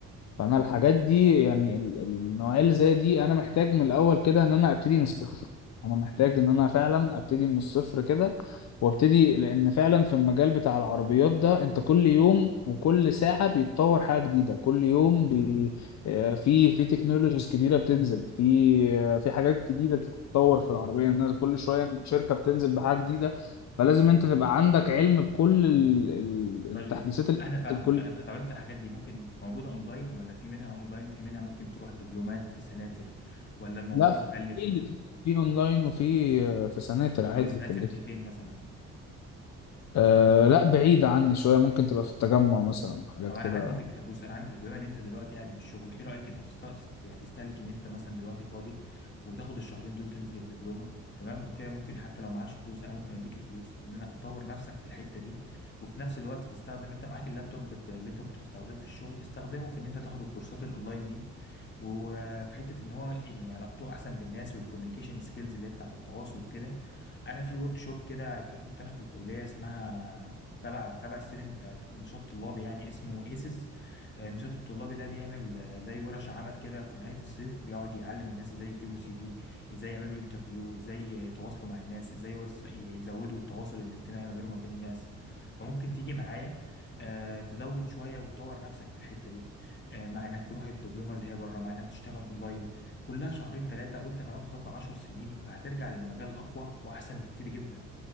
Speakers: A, on the left; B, on the left.
A: فانا الحاجات دي يعني ال- النوعيه اللي زي دي انا محتاج من الاول كده ان انا ابتدي من الصفر انا محتاج ان انا فعلا ابتدي من الصفر كده وابتدي لان فعلا في المجال بتاع العربيات ده انت كل يوم وكل ساعه بيتطور حاجه جديده كل يوم بي... آه، في في تكنولوجيز جديده بتنزل في آه، في حاجات جديده بتتطور في العربيه الناس كل شويه شركه بتنزل بحاجه جديده فلازم انت تبقى عندك علم بكل ال- ال-
B: طيب
A: التحديثات اللي
B: انا فاهمك
A: بتنزل كل
B: انا فا... طب انت الحاجات دي ممكن موجوده اونلاين ولا في منها اونلاين وفي منها ممكن تروح دبلومات في سناتر ولا الموضوع
A: لا
B: مكلف
A: في اللي في اونلاين وفي آه، في سناتر عادي
B: طب السناتر
A: في اللي
B: دي فين مثلا
A: آه لا بعيدة عني شوية ممكن تبقى في التجمع مثلا حاجات
B: طب انا
A: كده
B: عندي فكره بص انا عندي فكره بما ان انت دلوقتي قاعد من الشغل ايه رايك انك تست... يعني تستهلك ان انت مثلا دلوقتي فاضي وتاخد الشهرين دول تنزل الدبلومه تمام وكده ممكن حتى لو معكش فلوس انا ممكن اديك الفلوس ان انك تطور نفسك في الحته دي وفي نفس الوقت تستخدم انت معاك اللابتوب بت- اللي انت كنت بتستخدمه في الشغل استخدمه في ان انت تاخد الكورسات الاونلاين دي وفي حته ان هو يعني علاقته احسن بالناس والكوميونيكيشن سكيلز اللي هي بتاعت التواصل وكده انا في ورك شوب كده ك- كنت انا في الكليه اسمها تبع تبع السيرين بتاع نشاط طلابي يعني اسمه ايسز النشاط الطلابي ده بيعمل آه، زي ورش عمل كده في نهاية الصيف بيقعد يعلم الناس ازاي يكتبوا سي في ازاي يعملوا انترفيو ازاي يتواصلوا مع الناس ازاي يوص- يزودوا التواصل الاجتماعي ما بينهم وما بين الناس فممكن تيجي معايا آه، تزود شوية وتطور نفسك في الحتة دي آه، مع انك تروح الدبلومة اللي هي بره مع انك تشتغل اونلاين كلها شهرين ثلاثة وانت كمان خبرة عشر سنين فهترجع للمجال اقوى واحسن بكتير جدا